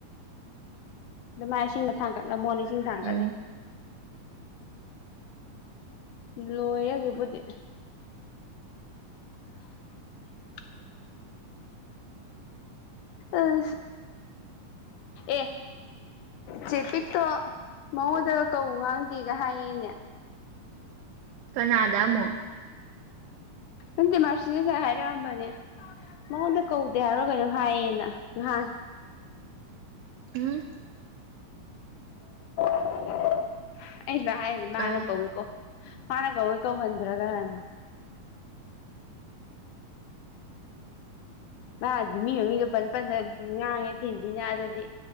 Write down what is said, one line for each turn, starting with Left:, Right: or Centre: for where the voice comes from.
Left: ꯑꯗ ꯃꯥꯏ ꯏꯁꯤꯡꯅ ꯊꯥꯡꯒꯠꯂꯝꯃꯣꯅꯤ ꯊꯥꯡꯒ
Right: ꯎꯝ
Left: ꯂꯩꯦ ꯂꯣꯏꯔꯦ ꯍꯧꯖꯤꯛꯄꯨꯗꯤ <inaudible> ꯑꯁ ꯑꯦ ꯆꯦꯄꯤꯛꯇꯣ ꯃꯉꯣꯟꯗꯒ ꯀꯧ ꯉꯥꯡꯗꯦꯒ ꯍꯥꯏꯌꯦꯅꯦ
Right: ꯀꯅꯥꯗ ꯗ ꯑꯃꯨꯛ
Left: ꯅꯪꯗꯤ ꯃꯥꯔꯁꯤꯅ ꯉꯁꯥꯏ ꯍꯥꯏꯔꯛꯑꯝꯕꯅꯦ ꯃꯉꯣꯟꯗ ꯀꯧꯗꯦ ꯍꯥꯏꯕꯔ ꯀꯩꯅꯣ ꯍꯥꯏꯌꯦꯅ ꯅꯍꯥꯟ
Right: ꯎꯝ
Left: <inaudible> ꯑꯩꯁꯤꯚ ꯍꯥꯏꯔꯗꯤ ꯃꯥꯅ
Right: ꯑ
Left: ꯀꯧꯒꯦꯀꯣ ꯃꯥꯅ ꯀꯧꯒꯩ ꯀꯧꯍꯟꯗ꯭ꯔꯒꯅ ꯃꯥꯗꯤ ꯃꯤ ꯃꯃꯤꯡꯒ ꯄꯟ ꯄꯟ ꯗꯅ ꯉꯥꯡꯉꯦ ꯊꯤ ꯊꯤꯅ ꯑꯗꯨꯗꯤ